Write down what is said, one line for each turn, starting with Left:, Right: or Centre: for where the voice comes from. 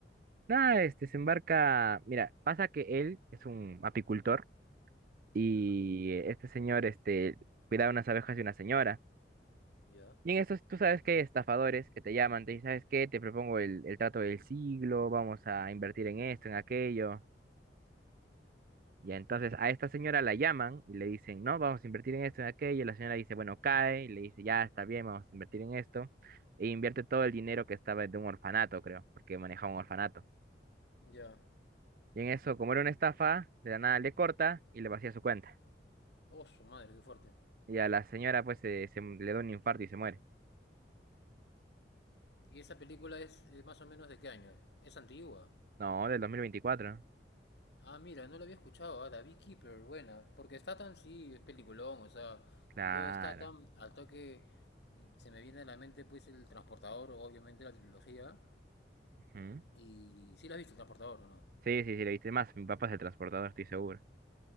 Right: Nada, este se embarca. Mira, pasa que él es un apicultor y
Left: Ya,
Right: eh, este señor este, cuidaba unas abejas de una señora.
Left: ya,
Right: Y en estos, tú sabes que hay estafadores que te llaman, te dicen, ¿sabes qué? Te propongo el, el trato del siglo, vamos a invertir en esto, en aquello. Y entonces a esta señora la llaman y le dicen, no, vamos a invertir en esto, en aquello. Y la señora dice, bueno, cae. Y le dice, ya está bien, vamos a invertir en esto. E invierte todo el dinero que estaba de un orfanato, creo, porque manejaba un orfanato.
Left: ya.
Right: Y en eso, como era una estafa, de la nada le corta y le vacía su cuenta.
Left: Oh, su madre, qué fuerte.
Right: Y a la señora, pues, se, se le da un infarto y se muere.
Left: ¿Y esa película es eh, más o menos de qué año? ¿Es antigua?
Right: No, del dos mil veinticuatro
Left: Ah, mira, no lo había escuchado, ah, The Beekeeper, buena. Porque Statham sí es peliculón, o sea,
Right: Claro.
Left: yo Statham, al toque mm, se me viene a la mente pues el Transportador, obviamente la trilogía.
Right: ujú.
Left: Y sí la has visto, el Transportador, ¿o no?
Right: Sí, sí, sí, le viste más. Mi papá es el transportador, estoy seguro.